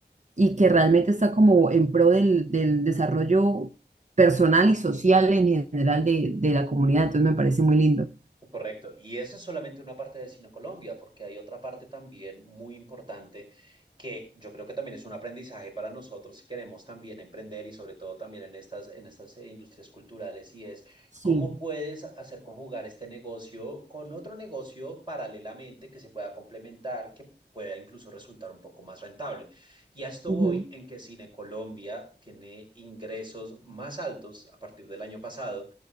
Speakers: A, on the right; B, on the right.
A: y que realmente está como en pro del, del desarrollo personal y social en general de, de la comunidad. Entonces me parece muy lindo.
B: correcto. Y esa es solamente una parte de Cine Colombia, porque hay otra parte también muy importante que yo creo que también es un aprendizaje para nosotros si queremos también emprender y sobre todo también en estas, en estas eh, industrias culturales y es
A: Sí.
B: cómo puedes hacer conjugar este negocio con otro negocio paralelamente que se pueda complementar, que pueda incluso resultar un poco más rentable. Y a esto
A: ujú.
B: voy en que Cine Colombia tiene ingresos más altos a partir del año pasado